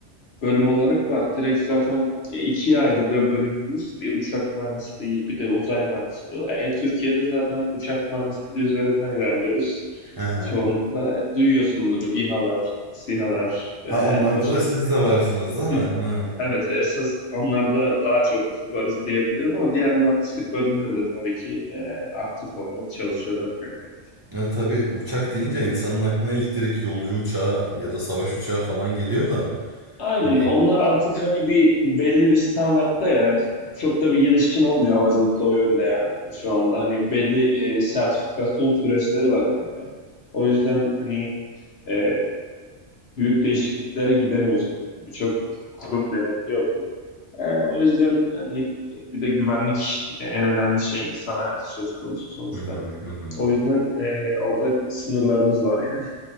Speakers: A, on the left; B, on the right.
A: Bölüm olarak var. Direkt zaten e, ikiye ayrılıyor bölümümüz. Bir uçak mühendisliği, bir de uzay mühendisliği olarak. Yani Türkiye'de zaten uçak mühendisliği üzerinden ilerliyoruz.
B: Hı hı.
A: Çoğunlukla duyuyorsundur İHA'lar, SİHA'lar ve
B: Ha, onlarda
A: o şekilde
B: da siz
A: yani.
B: de varsınız
A: Si-
B: değil mi? Hı.
A: Evet, esas onlarda daha çok varız diyebilirim ama diğer mühendislik bölümleri de tabii ki e, aktif olarak çalışıyorlar kanka.
B: Ya tabii uçak deyince insanın aklına ilk direkt yolcu uçağı ya da savaş uçağı falan geliyor da.
A: Aynen
B: Hani,
A: onlar artık hani bir belli bir standartta ya çok da bir gelişim olmuyor havacılıkta o yönde ya şu anda hani belli e, sertifikasyon süreçleri var kanka. O yüzden hani e, büyük değişikliklere gidemiyorsunuz. Birçok kurum denetliyor bunu. E, o yüzden hani e, bir de güvenlik e, en önemli şey insan hayatı söz konusu sonuçta.
B: hı, hı, hı, hı.
A: O yüzden e, orada sınırlarımız var yani.